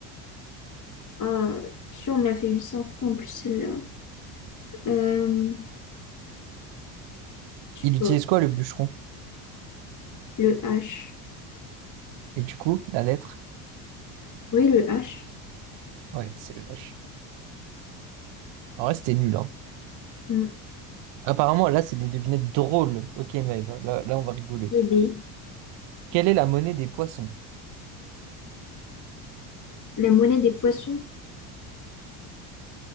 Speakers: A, on the left; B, on the right.
A: ah, si on me l'a fait 800 fois en plus, celle-là. Euh, je
B: Il
A: sais
B: utilise
A: pas.
B: quoi, le bûcheron?
A: Le H.
B: Et du coup, la lettre?
A: Oui, le H.
B: Ouais, c'est le vache. En vrai, c'était nul, hein.
A: Mm.
B: Apparemment, là, c'est des devinettes drôles. Ok, Maëva, là, là, on va rigoler.
A: Les baies.
B: Quelle est la monnaie des poissons?
A: La monnaie des poissons.